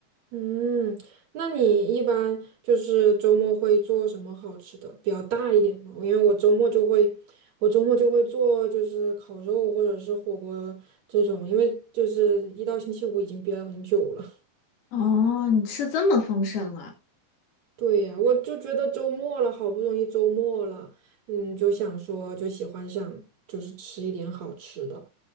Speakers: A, on the right; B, on the left.
A: 嗯，那你一般就是周末会做什么好吃的，比较大一点的？因为我周末就会，我周末就会做就是烤肉或者是火锅这种，因为就是一到星期五已经憋了很久了。
B: 哦，你吃这么丰盛啊？
A: 对呀，我就觉得周末了，好不容易周末了，嗯，就想说就喜欢想就是吃一点好吃的。